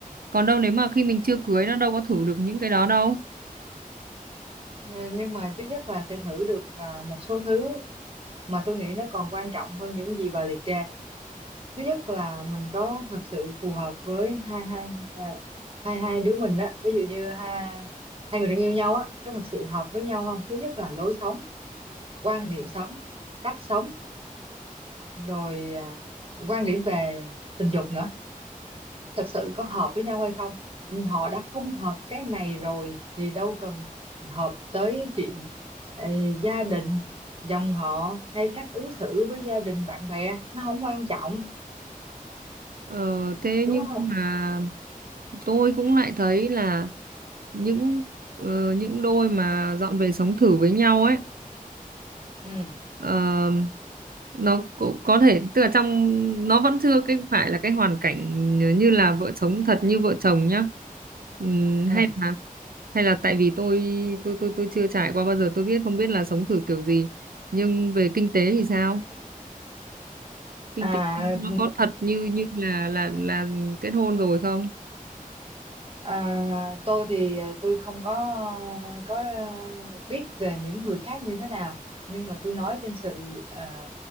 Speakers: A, on the right; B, on the right.
A: còn đâu nếu mà khi mình chưa cưới nó đâu có thử được những cái đó đâu
B: Ờ, nhưng mà trước nhất bà sẽ thử được à, một số thứ mà tôi nghĩ nó còn quan trọng hơn những gì bà liệt kê thứ nhất là mình có thật sự phù hợp với hai hai à, hai hai đứa mình á ví dụ như hai hai người đang yêu nhau á có thật sự hợp với nhau không thứ nhất là lối sống quan niệm sống cách sống rồi à, quan điểm về tình dục nữa thật sự có hợp với nhau hay không họ đã không hợp cái này rồi thì đâu cần hợp tới chuyện ờ, gia đình dòng họ hay cách ứng xử với gia đình bạn bè nó không quan trọng
A: Ờ, thế
B: đúng
A: nhưng
B: không
A: mà tôi cũng lại thấy là những ờ, những đôi mà dọn về sống thử với nhau ấy
B: ừ
A: ờ, nó cũng có thể tức là trong nó vẫn chưa cái phải là cái hoàn cảnh như là vợ chồng thật như vợ chồng nhá Ừm, hay
B: ừ
A: là hay là tại vì tôi tôi tôi tôi chưa trải qua bao giờ tôi biết không biết là sống thử kiểu gì nhưng về kinh tế thì sao kinh
B: à,
A: tế nó có thật như như là là là kết hôn rồi không
B: À, tôi thì à, tôi không có à, có à, biết về những người khác như thế nào nhưng mà tôi nói trên sự à,